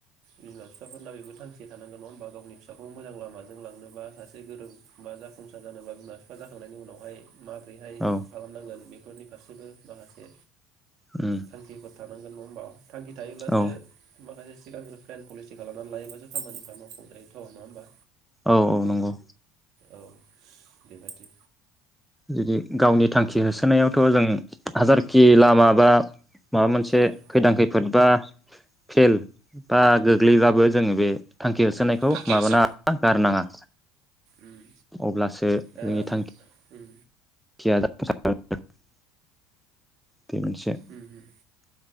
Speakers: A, on the right; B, in the centre.
A: बिमा फिफाफोरना बेबो थांखि थानांगोन नङा होमबा गावनि फिसाखौ मोजां लामाजों लांनोबा। सासे गोरों मा जाफुंसार जानोबा बिमा फिफा जाखांनायनि उनावहाय माबोरैहाय
B: औ
A: खालामनांगोन बेफोरनि फारसेबो माखासे
B: उम
A: थांखिफोर थानांगोन नङा होमबा? थांखि थायोब्लासो
B: औ
A: माखासे सिगांग्रो प्लेन पलिसि खालामनानै लायोबासो खामानिफ्रा मावफुं जायोथ' नङा होमबा?
B: औ औ नंगौ।
A: औ बेबायदि
B: जुदि गावनि थांखि होसोनायावथ‌' जों हाजारखि लामा बा माबा मोनसे
A: उम
B: खैदां खैफोद बा खेल बा गोग्लैबाबो जोङो बे थांखि होसोनायखौ
A: थांखि
B: माबाना
A: होसो
B: गारनाङा।
A: उम
B: अब्लासो जोंनि
A: दा
B: थांख
A: उम
B: खिया जाफुंसार <unintelligible> दे मोनसे
A: उम उम